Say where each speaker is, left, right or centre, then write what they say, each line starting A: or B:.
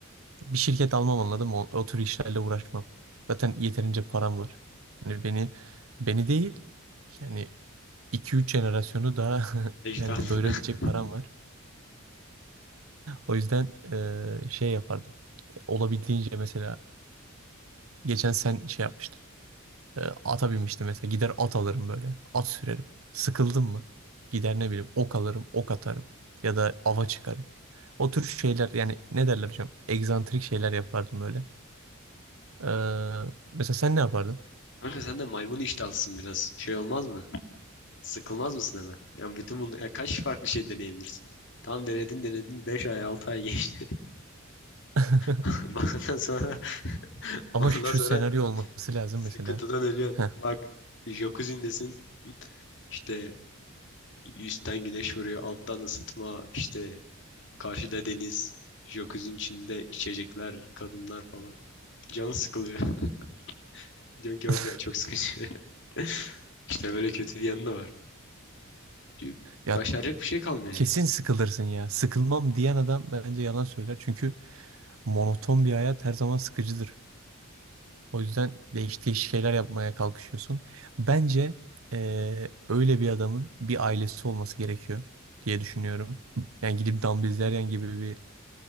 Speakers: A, on the right; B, on the left.
A: bir şirket almam anladım. O, o tür işlerle uğraşmam. Zaten yeterince param var. Hani beni beni değil yani iki üç jenerasyonu daha <laughs>
B: Ejderhanı.
A: yani doyurabilecek
B: <laughs>
A: param var. O yüzden eee, şey yapardım. Olabildiğince mesela geçen sen şey yapmıştın. Eee, ata binmiştim mesela. Gider at alırım böyle. At sürerim. Sıkıldım mı? Gider ne bileyim ok alırım, ok atarım. Ya da ava çıkarım. O tür şeyler yani ne derler hocam? Egzantrik şeyler yapardım böyle. Eee, mesela sen ne yapardın?
B: Kanka sen de maymun iştahlısın biraz. Şey olmaz mı? Sıkılmaz mısın hemen? Yani bütün bunu ya kaç farklı şey deneyebilirsin? Tam denedin denedin 5 ay 6 ay geçti.
A: <laughs>
B: <laughs> Ondan sonra
A: Ama
B: ondan
A: şu
B: sonra
A: senaryo olması lazım
B: sıkıntıdan
A: mesela.
B: ölüyorsun.
A: Heh.
B: Bak jacuzzi'ndesin. İşte Üstten güneş vuruyor, alttan ısıtma, işte karşıda deniz, jacuzzi'nin içinde içecekler, kadınlar falan. Canı sıkılıyor. <laughs> Diyor ki
A: <laughs>
B: of ya çok sıkıcı. <laughs> İşte böyle kötü bir yanı da var. Çünkü
A: Ya
B: Başaracak bir şey kalmıyor
A: kesin
B: yani.
A: sıkılırsın ya. Sıkılmam diyen adam bence yalan söyler. Çünkü monoton bir hayat her zaman sıkıcıdır. O yüzden değişik değişik şeyler yapmaya kalkışıyorsun. Bence eee, öyle bir adamın bir ailesi olması gerekiyor diye düşünüyorum. Yani gidip Dumb Bizleryen gibi bir